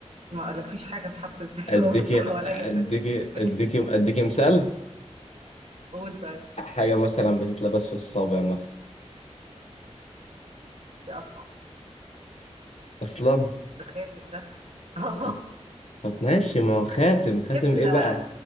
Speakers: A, on the right (about 70°); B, on the left (about 65°).
A: ما لا فيش حاجة بحرف الزال
B: اديكي
A: <laughs> ببص حواليا
B: اديكي
A: بال... بال...
B: اديكي اديكي مثال
A: قول طيب
B: حاجة مثلا بتتلبس في الصابع مثلا
A: دي أصعب
B: اصلا
A: ده خاتم ده <laughs>
B: طب طب ماشي ما هو خاتم خاتم
A: دبلة
B: ايه بقى